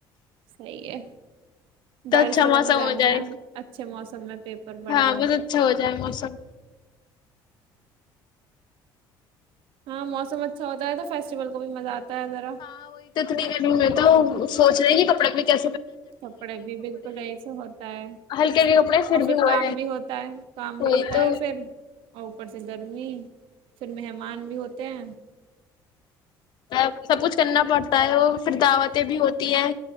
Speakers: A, on the right (about 75°); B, on the left (about 55°).
A: صحیح ہے
B: تو
A: بارش
B: اچھا
A: میں جانا
B: موسم
A: جانا
B: ہو جائے
A: ہے اچھے موسم میں پیپر بڑھیا
B: ہاں بس اچھا ہو جائے موسم
A: ہاں موسم اچھا ہوتا ہے تو فیسٹیول کو بھی مزہ آتا ہے ذرا
B: ہاں وہی تو اتنی کہ نہیں ہو تو سوچ رہے پا کیے
A: کپڑے بھی بالکل یہی سے ہوتا ہے
B: ہلکے ہلکے کپڑے
A: اور پھر
B: بھی ہوئے
A: کام
B: ہیں
A: بھی ہوتا ہے کام
B: وہی
A: بھی ہوتا
B: تو
A: ہے پھر اور اوپر سے گرمی پھر مہمان بھی ہوتے ہیں
B: ا سب کچھ کرنا پڑتا ہے وہ پھر دعوتیں بھی ہوتی ہیں